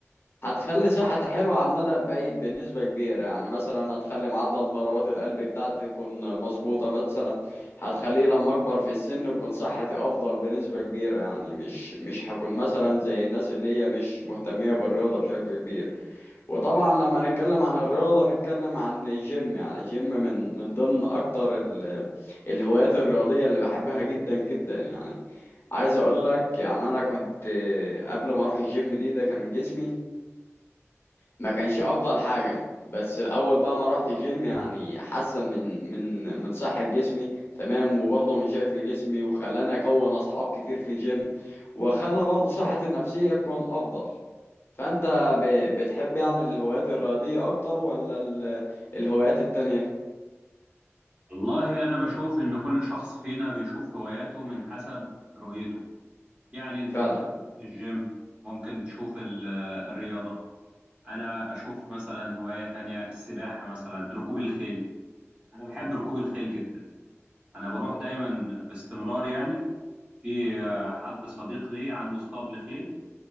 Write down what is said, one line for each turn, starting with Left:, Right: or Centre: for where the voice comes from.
Left: هتخلي صحتي حلوه على المدى البعيد بنسبه كبيره يعني مثلا هتخلي معدل ضربات القلب بتاعتي تكون مظبوطه مثلا هتخليه لما اكبر في السن تكون صحتي افضل بنسبه كبيره يعني مش مش هكون مثلا زي الناس اللي هي مش مهتميه بالرياضه بشكل كبير وطبعا لما نتكلم عن الرياضة نتكلم عن الجيم يعني الجيم من من ضمن أكتر ال- الهوايات الرياضية اللي بحبها جدا جدا يعني عايز أقول لك يعني أنا كنت قبل ما أروح الجيم دي ده كان جسمي ما كانش أفضل حاجة بس الأول بقى ما رحت الجيم يعني حسن من من من صحة جسمي تمام وبرضه من شكل جسمي وخلاني أكون أصحاب كتير في الجيم وخلى برضه صحتي النفسية تكون أفضل فأنت ب- بتحب يعني الهوايات الرياضية أكتر ولا ال- الهوايات التانية
Right: والله أنا بشوف إن كل شخص فينا بيشوف هواياته من حسب رؤيته يعني أنت
Left: فعلا
Right: ممكن تشوف الجيم ممكن تشوف ال- الرياضة أنا أشوف مثلا هواية تانية السباحة مثلا ركوب الخيل أنا بحب ركوب الخيل جدا أنا بروح دايما باستمرار يعني في آه، حد صديق لي عنده اسطبل خيل